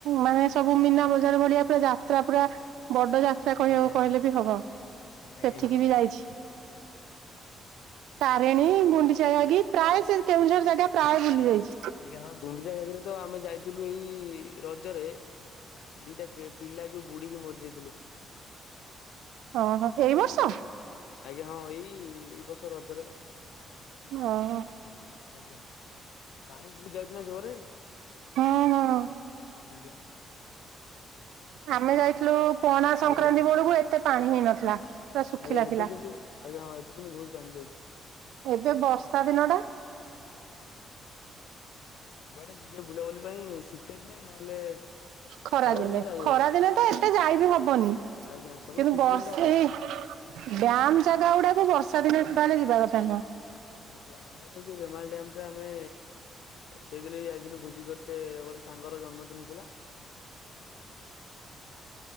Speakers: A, on the right; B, on the left.
A: ମାନେ ସବୁ ମୀନା ବଜାର ଭଳିଆ ପୁରା ଯାତ୍ରା, ପୁରା ବଡ ଯା ତ୍ରା କହିବାକୁ
B: ଆଜ୍ଞା ଆଜ୍ଞା।
A: କହିଲେ ବି ହବ
B: ଆଜ୍ଞା
A: ସେଠିକି
B: ହଁ
A: ବି ଯାଇଛି। ତାରିଣୀ, ଗୁଣ୍ଡିଚାଗି ପ୍ରାୟ ସେ କେଉଁଝର ଜାଗା ପ୍ରାୟ ବୁଲି ଯାଇଛି।
B: ଆଜ୍ଞା ହଁ, ଗୁଣ୍ଡିଚାଗିରେ ଆମେ ଯାଇଥି ଥିଲୁ ଏଇ ରଜରେ ଦିଟା ପି ପିଲା ଯୋଉ ବୁଡିକି ମରି ଯାଇଥିଲେ। <inaudible>
A: ହଁ, ହଁ ଏଇ ବର୍ଷ?
B: ଆଜ୍ଞା ହଁ, ଏଇ ଏଇ ବର୍ଷ ରଜରେ ପା।
A: ଓ ହୋ।
B: ଆଜ୍ଞା ପାଣି ବହୁତ ଯାଉଛି ନା ଜୋରରେ।
A: ହଁ ହଁ
B: ଆଜ୍ଞା।
A: ଆମେ ଯାଇଥିଲୁ ପଣା ସଂକ୍ରାନ୍ତି
B: ଆଜ୍ଞା।
A: ବେଳକୁ ଏତେ ପାଣି ହେଇନଥିଲା। ପୁରା ଶୁଖିଲା
B: ଆଜ୍ଞା, ଏବେ
A: ଥିଲା
B: କିନ୍ତୁ ଆଜ୍ଞା ହଁ, ଏବେ କିନ୍ତୁ ବହୁତ ପାଣି ଯାଉଛି।
A: ଏବେ ବର୍ଷା ଦିନ ଟା।
B: ଯୁଆଡେ ଯିବେ ବୁଲାବୁଲି ପାଇଁ ଶୀତ ଦିନେ ନହେଲେ
A: ଖରାଦିନେ,
B: ଖରା ଦିନେ ଯାଇ
A: ଖରାଦିନେ
B: ହବନି।
A: ତ ଏତେ ଯାଇ ବିି ହବନି।
B: ଆଜ୍ଞା ସବୁଠୁ
A: କିନ୍ତୁ
B: ଶୀତ
A: ବର୍ଷା,
B: ଦିନଟା ଭଲ
A: ଏଇ
B: ଆଜ୍ଞା।
A: ଡ୍ୟାମ ଜାଗା ଗୁଡାକୁ ବର୍ଷା ଦିନେ ତାହେଲେ ଯିବା କଥା ନୁହଁ।
B: ଆଜ୍ଞା, ଆମେ ତ ଏଇ ଯୋଉ ରେମାଳ ଡ଼୍ୟାମ ଟା ଆମେ ସେଇଦିନ ବି ଯାଇଥିଲୁ ଭୋଜି କରିତେ ଗୋଟେ ସାଙ୍ଗର ଜନ୍ମଦିନ ଥିଲା। <inaudible>